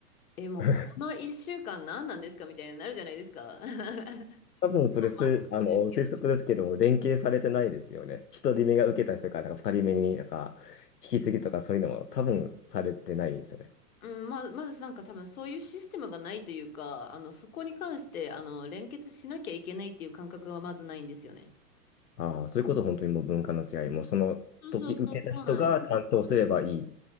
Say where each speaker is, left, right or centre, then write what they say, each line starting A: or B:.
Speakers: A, on the left (about 60°); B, on the left (about 80°).
A: え、もうこの1週間何なんですかみたいになるじゃないですか。
B: <laughs>
A: <laughs>
B: 多分それす、
A: ずっと
B: あの、
A: なんですけど。
B: 推測ですけども、連携されてないですよね。一人目が受けた人から、なんか二人目になんか、引き継ぎとかそういうのも多分されてないですよね。
A: うん、ま、まずなんか多分そういうシステムがないというか、あの、そこに関して、あの、連結しなきゃいけないっていう感覚がまずないんですよね。
B: ああ、それこそ本当にもう文化の違い、もうその時受けた人が担当すればいい。
A: そうそうそう、そうなんですよ。